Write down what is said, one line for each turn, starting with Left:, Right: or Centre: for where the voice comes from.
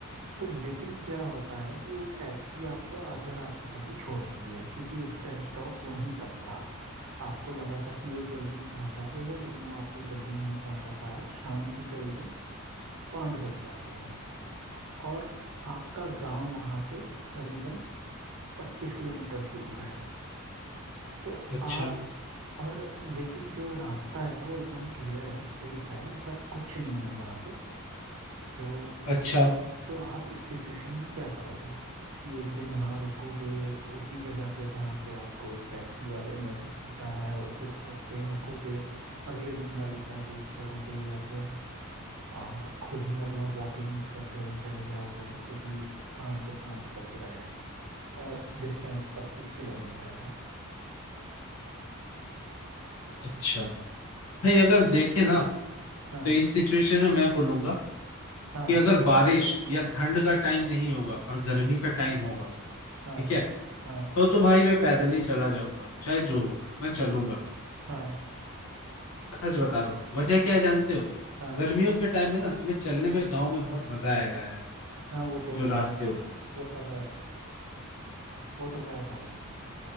Right: तो लेकिन क्या होता है कि वो टैक्सी आपको आधे रास्ते तक ही छोड़ती है क्योंकि उसका स्टॉप वहीं तक था आपको लगा था कि वो जल्दी पहुंचा देगा लेकिन वो आपको जल्दी नहीं पहुंचा पाया शाम के करीबन पाँच बज जाते हैं और आपका गांव वहां से करीबन पच्चीस किलोमीटर दूर है तो
Left: अच्छा
Right: आप और लेकिन जो रास्ता है वो एकदम क्लियर है सेफ है ऐसा कुछ नहीं है वहाँ पे तो
Left: अच्छा
Right: तो आप इस सिचुएशन में क्या करोगे कि एक दिन वहाँ रुकोगे उसी जगह पे जहाँ पे आपको उस टैक्सी वाले ने उतारा है उस स्टॉप पे रुकोगे अगले दिन गाड़ी का वेट करोगे या फिर आ, खुद ही मतलब वॉकिंग करते हुए चले जाओगे क्योंकि शाम के पाँच बज रहे हैं और डिस्टेंस पच्चीस किलोमीटर है
Left: अच्छा भाई अगर देखे ना
Right: हाँ
Left: तो इस सिचुएशन में मैं बोलूंगा
Right: हाँ
Left: कि अगर बारिश या ठंड का टाइम नहीं होगा और गर्मी का टाइम होगा
Right: हाँ
Left: ठीक है
Right: हाँ
Left: तो तो भाई मैं पैदल ही चला जाऊंगा चाहे जो हो मैं चलूंगा
Right: हाँ
Left: सच बता रहा हूँ वजह क्या है जानते हो
Right: हाँ
Left: गर्मियों के टाइम में ना तुम्हें चलने में गाँव में बहुत मजा आएगा यार
Right: हाँ वो तो है
Left: जो रास्ते होते
Right: वो तो है वो तो है भाई